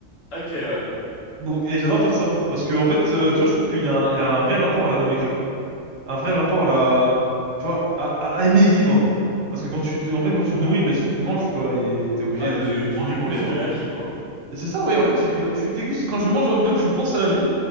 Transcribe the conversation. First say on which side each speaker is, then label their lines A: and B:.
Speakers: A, on the left; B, on the right.
A: Ok, ouais.
B: Donc, et j'adore faire ça. Parce que, en fait, euh, tu vois, je trouve qu'il y a un, il y a un vrai rapport à la nourriture. Un vrai
A: Hmm
B: rapport à la... Tu vois, à, à- à aimer vivre. Parce que quand tu, te- en fait, quand tu te nourris, ben, tu tu manges, quoi. Et t'es obligé
A: Ouais,
B: de
A: tu,
B: de
A: tu
B: manger
A: dégustes
B: pour vivre.
A: la vie, quoi.
B: C'est ça, oui. En fait, tu, tu dégustes. Quand je mange un hot dog, je pense à la vie.